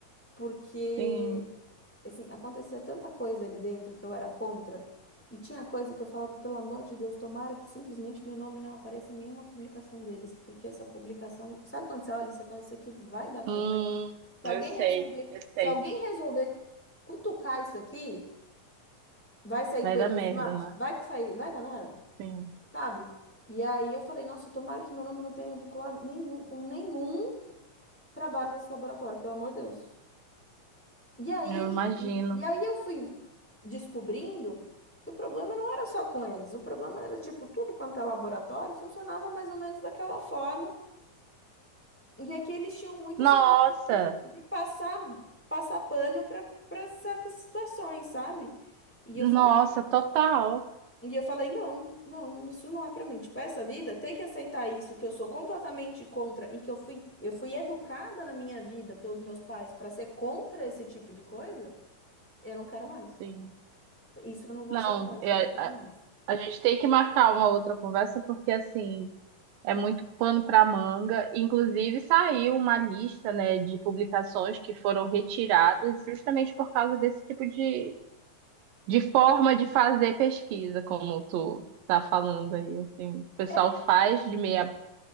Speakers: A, in the centre; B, on the right.
A: porque
B: sim.
A: assim, acontecia tanta coisa ali dentro que eu era contra, e tinha coisa que eu falava, pelo amor de Deus, tomara que simplesmente meu nome não apareça em nenhuma publicação deles, porque essa publicação, sabe quando você olha e você fala, isso aqui vai dar problema?
B: Hum,
A: Se
B: eu
A: alguém
B: sei,
A: resolver,
B: eu sei.
A: se alguém resolver cutucar isso aqui, vai sair
B: Vai
A: coelho
B: dar merda,
A: desse mato?
B: né?
A: Vai que sair, vai dar merda,
B: Sim,
A: sabe? E aí eu falei, nossa, tomara que meu nome não tenha vinculado nenhum, com nenhum trabalho desse laboratório, pelo amor de Deus. E aí,
B: eu imagino.
A: e, e aí eu fui descobrindo que o problema não era só com eles, o problema era, tipo, tudo quanto é laboratório funcionava mais ou menos daquela forma. E aqui eles tinham muito
B: Nossa,
A: essa cultura de, de passar, passar pano para certas situações, sabe? E
B: nossa,
A: eu falei,
B: total.
A: e eu falei, não, não, isso não é para mim. Tipo, essa vida, ter que aceitar isso, que eu sou completamente contra e que eu fui, eu fui educada na minha vida pelos meus pais para ser contra esse tipo de coisa, eu não quero mais.
B: Sim.
A: Isso eu não vou
B: Não,
A: aceitar, isso
B: é-
A: eu não quero
B: a,
A: mais.
B: a gente tem que marcar uma outra conversa porque assim. É muito pano para manga. Inclusive, saiu uma lista, né, de publicações que foram retiradas justamente por causa desse tipo de, de forma de fazer pesquisa, como tu tá falando aí, assim. O pessoal
A: É,
B: faz de meia,